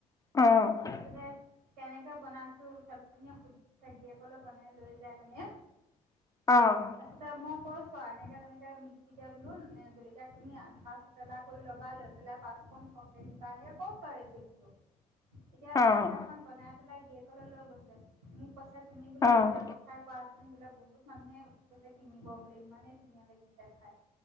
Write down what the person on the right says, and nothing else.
তাৰপিছতে কেনেকে বনাইছোঁ‌ ছোৱালী জনীয়ে সুধিছে, গিৰিয়েকলে বনাই লৈ যায় মানে।
তে মই কৈছোঁ‌ আৰু এনেকে তেনেকে আম তেতিয়া বোলো জলকীয়া খিনি আধা থেতেলা কৰি ল'বা, লৈ পেলাই পাঁচফোৰণ সৰহকে দিবা, এনেকে কৈছোঁ আৰু ৰেচিপিটো, এতিয়া
তাই সেইদিনাখন বনাই পেলাই গিৰিয়েকলে লৈ গৈছে, মোক কৈছে তুমি বোলে এইটো
ব্যৱসা সায় কৰাচোন বোলে, বহুত মানুহে কৈছে কিনিব বোলে ইমানেই ধুনীয়া লাগিছে খাই।